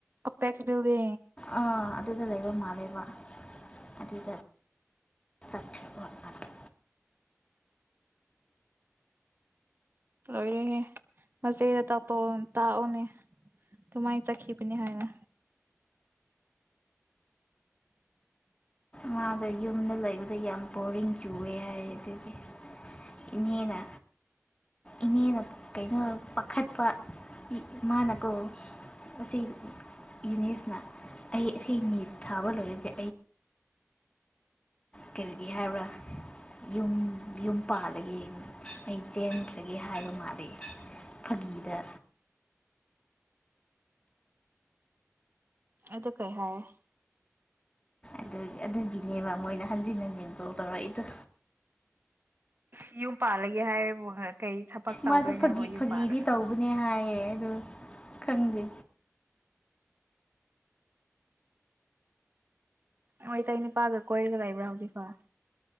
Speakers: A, on the right; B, on the left.
A: ꯑꯄꯦꯁꯕꯤꯜꯗ
B: ꯑ ꯑꯗꯨꯗ ꯂꯩꯕ ꯃꯥ ꯕ ꯑꯗꯨꯗ ꯆꯈ ꯃꯔꯅ
A: ꯂꯣꯏꯔꯦꯍꯦ ꯃꯆꯦꯗ ꯇꯥꯛꯑꯣ ꯇꯥꯛꯎꯅꯦ ꯑꯗꯨꯃꯥꯏꯅ ꯆꯠꯈꯤꯕꯅꯤ ꯍꯥꯏꯅ
B: ꯃꯥꯥꯗ ꯌꯨꯝꯗ ꯂꯩꯕꯗ ꯌꯥꯝ ꯕꯣꯔꯤꯡ ꯆꯨꯋꯦ ꯍꯥꯏ ꯑꯗꯨꯗꯤ ꯏꯅꯦꯅ ꯏꯅꯦꯅ ꯀꯩꯅꯣ ꯄꯥꯈꯠꯄ ꯃꯥꯅꯀꯣ ꯑꯁꯤ ꯌꯨꯅꯤꯁꯅ ꯑꯩ ꯑ ꯅꯤꯠ ꯊꯥꯕ ꯂꯣꯏꯔꯗꯤ ꯀꯔꯤꯒꯦ ꯍꯥꯏꯕ꯭ꯔꯥ ꯌꯨꯝ ꯌꯨꯝ ꯄꯥꯜꯂꯒꯦ ꯃꯩ ꯆꯦꯟꯈ꯭ꯔꯒꯦ ꯍꯥꯏꯕ ꯃꯥꯜꯂꯤꯦ ꯐꯥꯒꯤꯗ
A: ꯑꯗꯨ ꯀꯩ ꯍꯥꯏꯥꯏ
B: ꯑꯗꯨ ꯑꯗꯨꯒꯤꯅꯦꯕ ꯃꯣꯏꯅ ꯍꯟꯖꯤꯟ ꯍꯟꯖꯤꯟ ꯇꯧ ꯇꯧꯔꯛꯏꯗ
A: ꯑ ꯌꯨꯝ ꯄꯥꯜꯂꯒꯦ ꯍꯥꯏꯔꯤꯕ ꯀꯩ ꯊꯕꯛ ꯇꯧꯗꯣꯏꯅꯦꯕꯣ
B: ꯃꯥꯗꯣ ꯐꯥꯒꯤ
A: ꯌꯨꯝ
B: ꯐꯥꯒꯤꯗꯤ
A: ꯄꯥꯜꯂꯒ
B: ꯇꯧꯕꯅꯦ ꯍꯥꯏꯌꯦ ꯑꯗꯣ ꯈꯪꯗꯦ
A: ꯑꯣ ꯏꯇꯩ ꯅꯨꯅꯤꯄꯥꯒ ꯀꯣꯏꯔꯒ ꯂꯩꯕ꯭ꯔꯥ ꯍꯧꯖꯤꯛꯐꯥꯎ